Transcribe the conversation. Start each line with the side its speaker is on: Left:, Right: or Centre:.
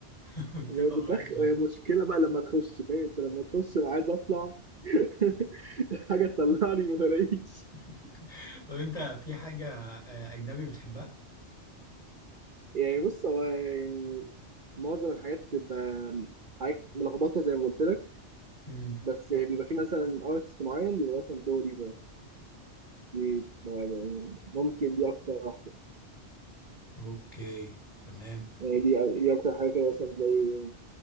Left: <laughs> بتبقى
Right: وهي بتدخل
Left: رهيبه
Right: هي مشكله بقى لما تخش فاهم انت لما تخش أنا عايز اطلع <laughs> حاجه تطلعني ما بلاقيش
Left: <laughs> طب انت في حاجة آه، أجنبي بتحبها؟
Right: يعني بص هو يعني معظم الحاجات بتبقى حاجات ملخبطه زي ما قلت لك
Left: امم
Right: بس يعني بيبقى في مثلا ارتست معين بيبقى مثلا دوري ده دي بقى يعني ممكن دي اكتر واحده
Left: اوكي تمام
Right: يعني دي دي اكتر حاجه كده مثلا زي